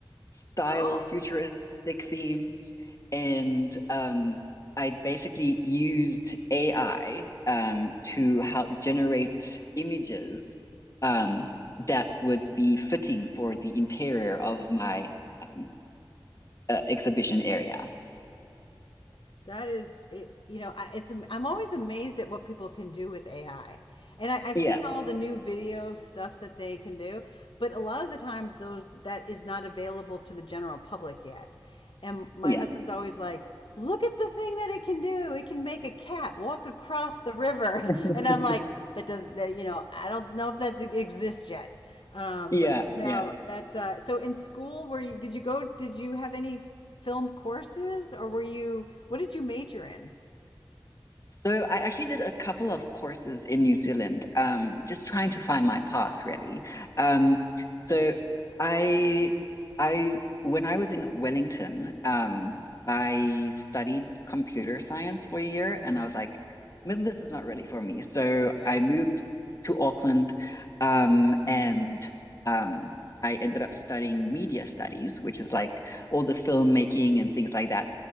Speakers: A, on the left (about 40°); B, on the left (about 80°).
A: style
B: Oh.
A: futuristic theme and um, I basically used AI um, to help generate images um, that would be fitting for the interior of my um, uh, exhibition area.
B: That is it, you know, I, it's I'm always amazed at what people can do with AI. And I, I've
A: Yeah,
B: seen all the new video stuff that they can do, but a lot of the time those that is not available to the general public yet. And my
A: yeah,
B: husband's always like, "Look at the thing that it can do. It can make a cat walk across the river."
A: <laughs>
B: <laughs> And I'm like, "That doesn't that, you know, I don't know if that exists yet." Um,
A: yeah,
B: but no,
A: yeah.
B: that's uh, so in school, were you, did you go, did you have any film courses or were you, what did you major in?
A: So I actually did a couple of courses in New Zealand, um, just trying to find my path really. Um, so I, I, when I was in Wellington, um, I studied computer science for a year,
B: Uh-huh.
A: and I was like, "Man, this is not really for me. So
B: Yeah.
A: I moved to Auckland, um, and um, I ended up studying media studies, which is like all the filmmaking and things like that.